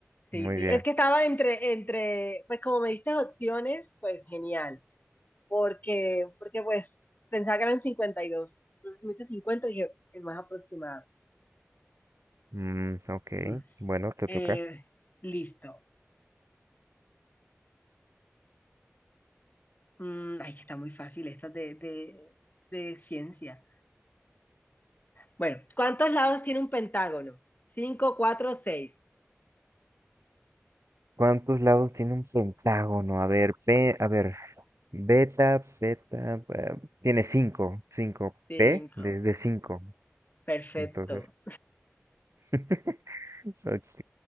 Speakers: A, on the left; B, on the right.
A: Sí,
B: Muy
A: sí.
B: bien.
A: Es que estaba entre, entre, pues como me diste opciones, pues genial. Porque, porque pues pensaba que eran 52. Entonces me hice 50 y dije, el más aproximado.
B: Mm, ok.
A: Ujú.
B: Bueno, te
A: Eh,
B: toca.
A: listo. Mm, ay, que está muy fácil esta de, de, de ciencia. Bueno, ¿cuántos lados tiene un pentágono? Cinco, cuatro, seis.
B: ¿Cuántos lados tiene un pentágono? A ver, P, a ver, beta, beta, eh, tiene cinco, cinco,
A: Cinco.
B: P de, de cinco.
A: Perfecto.
B: Entonces, <laughs> ok,